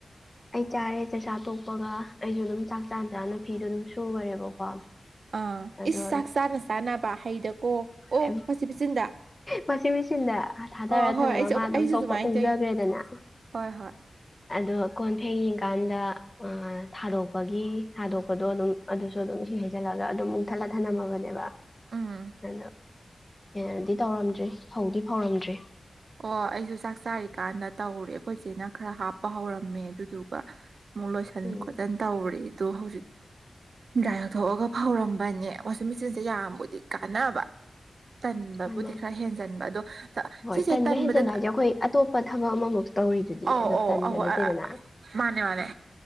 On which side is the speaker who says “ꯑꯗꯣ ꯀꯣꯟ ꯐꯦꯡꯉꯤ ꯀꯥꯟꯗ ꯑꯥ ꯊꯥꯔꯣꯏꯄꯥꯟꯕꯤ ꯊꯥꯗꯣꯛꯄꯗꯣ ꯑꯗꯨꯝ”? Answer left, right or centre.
Left